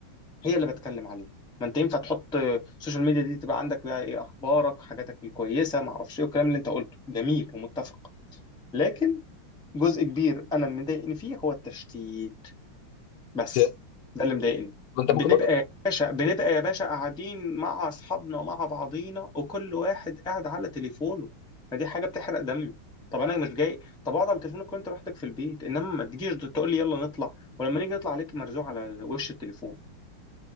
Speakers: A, in the centre; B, on the left.
A: هي اللي بتكلم عليه ما انت ينفع تحط السوشيال ميديا دي تبقى عندك بقى ايه اخبارك حاجاتك الكويسه ما اعرفش ايه والكلام اللي انت قلته جميل ومتفق لكن جزء كبير انا اللي مضايقني فيه هو التشتيت بس
B: اوكي
A: ده اللي مضايقني
B: ما انت
A: بنبقى
B: ممكن برضه
A: يا باشا بنبقى يا باشا قاعدين مع اصحابنا مع بعضينا وكل واحد قاعد على تليفونه ما دي حاجه بتحرق دمي طب انا مش جاي طب اقعد على تليفونك وانت لوحدك في البيت انما ما تجيش تقول لي يلا نطلع ولما نيجي نطلع عليك مرزوع على وش التليفون